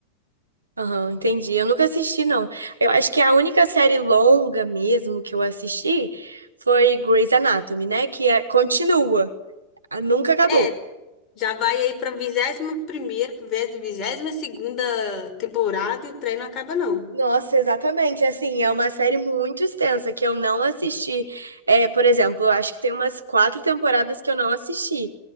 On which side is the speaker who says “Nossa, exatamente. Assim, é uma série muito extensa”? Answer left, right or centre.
Right